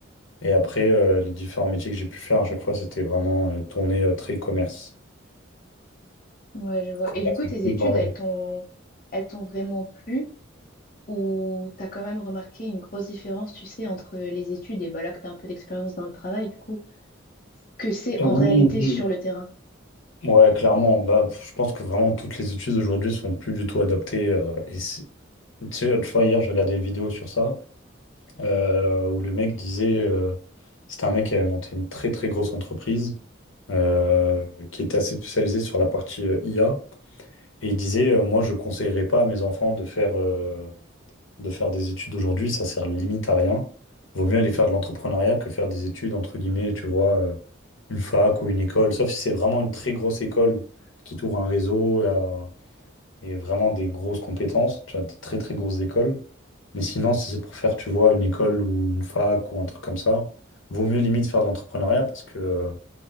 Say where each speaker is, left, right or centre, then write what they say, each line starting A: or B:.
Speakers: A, on the left; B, on the left.
A: Et après, euh, les différents métiers que j'ai pu faire à chaque fois, c'était vraiment euh, tourné euh, très commerce.
B: Ouais, je vois.
A: Commerce
B: Et du coup,
A: du
B: tes
A: coup
B: études,
A: dans la-
B: elles t'ont elles t'ont vraiment plu ou t'as quand même remarqué une grosse différence, tu sais, entre les études et bah là que t'as un peu d'expérience dans le travail, du coup, que c'est
A: Oui,
B: en réalité
A: oui.
B: sur le terrain?
A: Ouais, clairement. Bah, pff, je pense que vraiment toutes les études aujourd'hui sont plus du tout adaptées. euh, et c'est- tu sais, tu vois, hier, je regardais une vidéo sur ça euh, où le mec disait, euh, c'était un mec qui avait monté une très très grosse entreprise euh, qui était assez spécialisée sur la partie euh, IA. Et il disait, euh, moi, je conseillerais pas à mes enfants de faire euh, de faire des études aujourd'hui, ça sert limite à rien. Vaut mieux aller faire de l'entrepreneuriat que faire des études, entre guillemets, tu vois, euh, une fac ou une école. Sauf si c'est vraiment une très grosse école qui t'ouvre un réseau euh, et vraiment des grosses compétences, tu vois, des très très grosses écoles. Mais sinon, si c'est pour faire, tu vois, une école ou une fac ou un truc comme ça, vaut mieux limite faire de l'entrepreneuriat parce que euh,